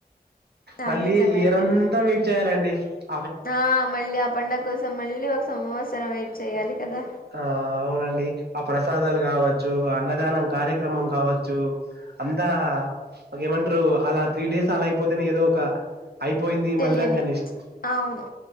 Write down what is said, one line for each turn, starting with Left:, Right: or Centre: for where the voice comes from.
Right: మళ్ళీ
Left: ఆ నిజమే
Right: ఇయరంతా
Left: అండి అది
Right: వెయిట్ చేయాలండి అ
Left: ఆ మళ్ళీ ఆ పండగ కోసం మళ్ళీ ఒక సంవత్సరం వెయిట్ చేయాలి కదా
Right: ఆ అవునండి ఆ ప్రసాదాలు కావచ్చు అన్నదానం కార్యక్రమం కావచ్చు అంతా <unintelligible> మంటారు అలా త్రీ డేస్ అలా అయిపోతేనే ఏదో ఒక అయిపోయింది
Left: తెలియని
Right: మళ్ళ ఇగ నెక్స్ట్
Left: అవును